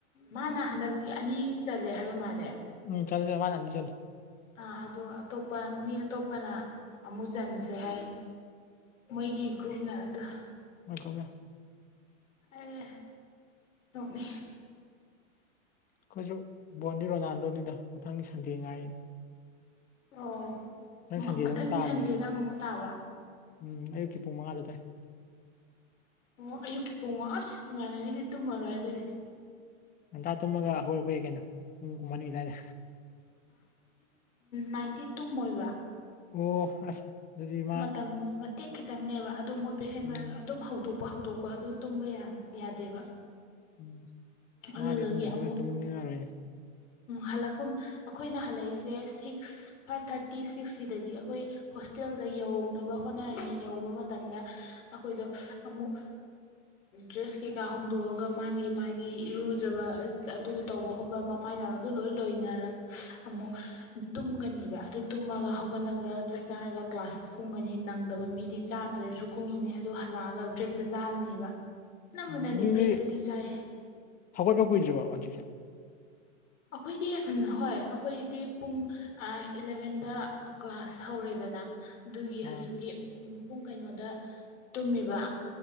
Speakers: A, on the left; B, on the left.
A: ꯃꯥꯅ ꯍꯟꯗꯛꯇꯤ ꯑꯅꯤ ꯆꯜꯂꯦ ꯍꯥꯏꯕ ꯃꯥꯜꯂꯦ
B: ꯎꯝ ꯆꯠ ꯆꯦ ꯃꯥꯅꯅꯤ ꯆꯂ
A: ꯑꯥ ꯑꯗꯨ ꯑꯇꯣꯞꯄ ꯃꯤ ꯑꯇꯣꯞꯄꯅ ꯑꯃꯨꯛ ꯆꯟꯈ꯭ꯔꯦ ꯍꯥꯏ ꯃꯣꯏꯒꯤ ꯒ꯭ꯔꯨꯞꯅ ꯑꯗꯨ
B: ꯅꯒꯅ
A: ꯑꯗ ꯊꯣꯉ
B: ꯑꯩꯈꯣꯏꯁꯨ ꯕꯣꯟꯗꯤ ꯔꯣꯅꯥꯜꯗꯣꯅꯤꯗ ꯃꯊꯪꯒꯤ ꯁꯟꯗꯤ ꯉꯥꯏꯔꯤꯅꯤ
A: ꯑꯣ
B: ꯁꯟꯗꯦꯗ
A: ꯃꯊꯪꯒꯤ
B: ꯑꯃꯨꯛ ꯇꯥꯕꯅꯦꯕ
A: ꯁꯟꯗꯦꯗ ꯑꯃꯨꯛ ꯇꯥꯕ
B: ꯎꯝ ꯑꯌꯨꯛꯀꯤ ꯄꯨꯡ ꯃꯉꯥꯗ ꯇꯥꯏ
A: ꯑꯣ ꯑꯌꯨꯛꯀꯤ ꯄꯨꯡꯉ ꯑꯁ ꯏꯃꯥꯟꯅꯕꯤꯗꯤ ꯇꯨꯝꯃꯔꯣꯏ ꯑꯗꯨꯏꯗꯤ
B: ꯑꯗ ꯇꯨꯝꯃꯒ ꯍꯔꯛꯄ ꯌꯥ ꯀꯩꯅꯣ ꯎꯝ ꯃꯅꯤꯒꯤꯗꯗ
A: ꯅꯥꯏꯟꯇꯤ ꯇꯨꯝ ꯃ ꯑꯣꯏꯕ
B: ꯑꯣ ꯑꯁ ꯑꯗꯨꯗꯤ ꯃꯥ
A: ꯇ ꯃ ꯇꯦꯛ ꯈꯤꯇꯪꯅꯦꯕ ꯑꯗꯨ ꯃꯣꯏ ꯄꯦꯁꯦꯟ
B: ꯎꯝ
A: ꯃꯌꯥꯝꯅ ꯑꯗꯨꯝ ꯍꯧꯗꯣꯛ ꯍꯧꯗꯣꯛꯄ ꯑꯗꯨ ꯇꯨꯝꯕ ꯌꯥꯗꯦꯕ
B: ꯎꯝ
A: ꯑꯗꯨꯗꯨꯒꯤ
B: ꯃꯥꯗꯤꯦꯇ ꯅꯠꯇ
A: ꯑꯃꯨꯛ
B: ꯅꯉꯔꯣ
A: ꯍꯜꯂꯛꯄ ꯑꯩꯈꯣꯏꯅ ꯍꯜꯂꯛꯏꯁꯦ ꯁꯤꯛꯁ ꯐꯥꯏꯚ ꯊꯥꯔꯇꯤ ꯁꯤꯛꯁ ꯁꯤꯗꯗꯤ ꯑꯩꯈꯣꯏ ꯍꯣꯁꯇꯦꯜꯗ ꯌꯧꯅꯕ ꯍꯣꯠꯅꯔꯉ ꯌꯧꯕ ꯃꯇꯝꯗ ꯑꯩꯈꯣꯏꯗꯣ ꯑꯃꯨꯛ ꯗ꯭ꯔꯦꯁ ꯀꯩꯀꯥ ꯍꯣꯡꯗꯣꯛꯑꯒ ꯃꯥꯒꯤ ꯃꯥꯒꯤ ꯏꯔꯨꯖꯕ ꯑꯗꯨ ꯇꯧꯕ ꯈꯣꯠꯄ ꯃꯃꯥꯏꯗ ꯑꯗꯨ ꯂꯣꯏ ꯂꯣꯏꯅꯔꯒ ꯑꯃꯨꯛ ꯇꯨꯝꯒꯅꯦꯕ ꯑꯗꯨ ꯇꯨꯝꯃꯒ ꯍꯧꯒꯠꯂꯒ ꯆꯥꯛ ꯆꯥꯔꯒ ꯀ꯭ꯂꯥꯁ ꯀꯨꯝꯒꯅꯤ ꯅꯪꯗꯕ ꯃꯤꯗꯤ ꯆꯥꯗ꯭ꯔꯁꯨ ꯀꯨꯝꯉꯅꯤ ꯑꯗꯨ ꯍꯜꯂꯛꯑꯒ ꯕ꯭ꯔꯦꯛꯇ ꯆꯥꯔꯅꯤꯕ ꯑꯅꯝꯕꯅꯗꯤ
B: ꯎꯝ ꯍꯒꯣꯏ
A: ꯕ꯭ꯔꯦꯛꯇꯗꯤ ꯆꯥꯏ
B: ꯄ ꯀꯗ꯭ꯔꯔꯤꯕ ꯑꯖꯤꯁ
A: ꯑꯩꯈꯣꯏꯒꯤ ꯍꯣꯏ ꯑꯩꯈꯣꯏꯗꯤ ꯄꯨꯡ ꯏꯂꯚꯦꯟꯗ ꯀ꯭ꯂꯥꯁ ꯍꯧꯔꯦꯗꯅ ꯑꯗꯨꯒꯤ
B: ꯑꯥ
A: ꯍꯧꯖꯤꯛꯇꯤ ꯄꯨꯡ ꯀꯩꯅꯣꯗ ꯇꯨꯝꯃꯦꯕ